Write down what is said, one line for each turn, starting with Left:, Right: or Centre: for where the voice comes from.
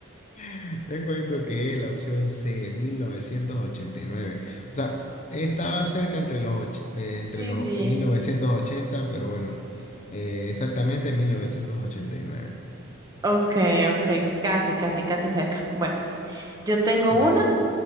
Left: <laughs> te cuento que es la opción C, mil novecientos ochenta y nueve, O sea, estaba cerca entre los, och- eh, entre
Right: Sí,
Left: los
Right: sí.
Left: mil novecientos ochenta, pero bueno, eh, exactamente 1989.
Right: Ok, ok. Casi, casi, casi cerca. Bueno, yo tengo una.
Left: Dale.